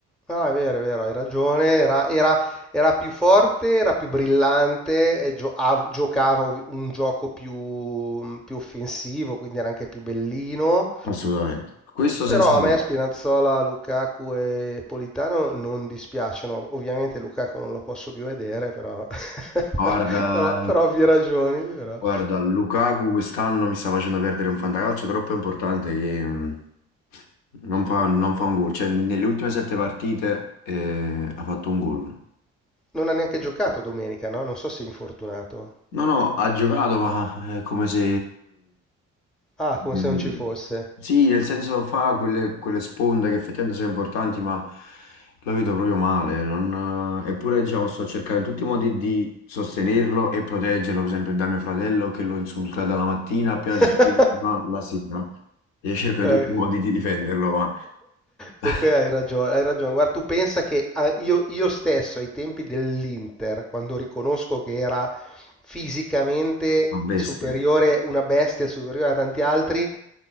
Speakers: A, in the centre; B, on the left.
A: No, è vero, è vero, hai ragione. Era, era- era più forte, era più brillante, e gio- av- giocava ov- un gioco più, più offensivo, quindi era anche più bellino.
B: assolutamente, questo
A: Però
B: senza dubbio,
A: a me Spinazzola, Lukaku e Politano non dispiacciono. Ovviamente Lukaku non lo posso più vedere, però, <laughs>
B: guarda,
A: però, però, per ovvie ragioni. però.
B: guarda, Lukaku quest'anno mi sta facendo perdere un fantacalcio troppo importante che mh, non fa, non fa un gol, cioè nelle ultime sette partite eh, ha fatto un gol.
A: Non ha neanche giocato domenica, no? Non so se è infortunato.
B: No, no, ha giocato, ma è come se...
A: Ah, come
B: Mm,
A: se non ci fosse.
B: Sì, nel senso fa quelle, quelle sponde che effettivamente sono importanti, ma lo vedo proprio male. non- Eppure, diciamo, sto cercando in tutti i modi di sostenerlo e proteggerlo, per esempio, da mio fratello che lo insulta dalla mattina appena si
A: <laughs>
B: sveglia fino alla sera. Io cerco in
A: Eh,
B: tutti i modi di difenderlo, ma
A: Comunque
B: <laughs>
A: hai ragione, hai ragione. Guarda, tu pensa che a- io, io stesso ai tempi dell'Inter, quando riconosco che era fisicamente
B: ma bestia.
A: superiore, una bestia superiore a tanti altri,